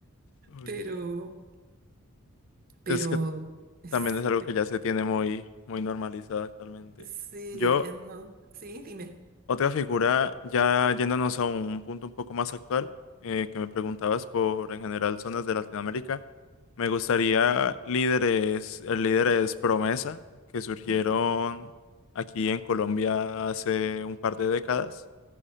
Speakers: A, on the left; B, on the right.
A: Uy,
B: Pero, pero,
A: es que
B: es-
A: también es algo que ya se tiene muy, muy normalizado actualmente.
B: sí,
A: Yo,
B: entonces, sí, dime.
A: otra figura, ya yéndonos a un punto un poco más actual, eh, que me preguntabas por en general zonas de Latinoamérica, me gustaría líderes, el líder es Promesa, que surgieron
B: Ujú,
A: aquí en Colombia hace un par de décadas.